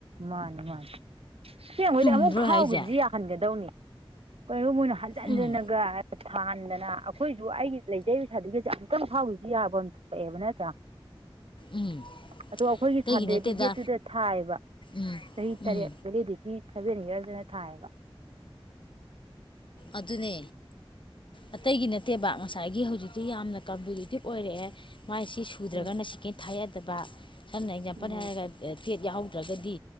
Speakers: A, on the right; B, on the left.
A: ꯃꯥꯅꯤ ꯃꯥꯅꯤ ꯁꯦꯡꯉꯣꯏꯗꯤ
B: ꯆꯨꯝꯗ꯭ꯔꯣ
A: ꯑꯃꯨꯛ
B: ꯑꯩ
A: ꯐꯥꯎꯈꯤꯕꯁꯤ
B: ꯍꯥꯏꯁꯦ
A: ꯌꯥꯍꯟꯒꯗꯧꯅꯤ ꯀꯩꯅꯣ ꯃꯣꯏꯅ ꯍꯟꯖꯤꯟ ꯍꯟꯖꯤꯟꯂꯒ
B: ꯎꯝ
A: ꯊꯥꯟꯗꯅ ꯑꯩꯈꯣꯏꯁꯨ ꯑꯩꯒꯤ ꯂꯩꯖꯔꯤꯕ ꯁꯥꯔꯇꯤꯐꯤꯀꯦꯠꯁꯦ ꯑꯃꯨꯛꯇꯪ ꯐꯥꯎꯔꯤꯁꯨ ꯌꯥꯕ ꯑꯃ ꯊꯣꯛꯑꯦꯕ ꯅꯠꯇ꯭ꯔꯥ
B: ꯎꯝ
A: ꯑꯗꯣ ꯑꯩꯈꯣꯏꯒꯤ
B: ꯑꯇꯩꯒꯤ
A: ꯁꯥꯔꯇꯤꯐꯤꯀꯦꯠꯇꯨꯗ
B: ꯅꯠꯇꯦꯗ
A: ꯊꯥꯏꯑꯕ
B: ꯎꯝ
A: ꯆꯍꯤꯍꯤ ꯇꯔꯦ
B: ꯎꯝ
A: ꯄꯦꯈꯤ ꯁꯦ ꯅ ꯍꯔꯗꯅ ꯊꯥꯑꯕ
B: ꯑꯗꯨꯅꯦ ꯑꯇꯩꯒꯤ ꯅꯠꯇꯦꯕ ꯉꯁꯥꯏ ꯉꯁꯥꯏꯒꯤ ꯍꯧꯖꯤꯛꯇꯤ ꯌꯥꯝꯅ ꯀꯝꯄꯤꯇꯤꯇꯤꯞ ꯑꯣꯏꯔꯛꯑꯦ ꯃꯥꯏꯁꯤ ꯁꯨꯗ꯭ꯔꯒꯅ
A: ꯎꯝ
B: ꯆꯛꯀꯦꯟ ꯊꯥꯏ ꯌꯥꯗꯕ ꯁ ꯅꯖꯥꯄꯜ
A: ꯎꯝ
B: ꯍꯥꯏꯑꯒ ꯄꯦꯠ ꯌꯥꯎꯧꯗ꯭ꯔꯒꯗꯤ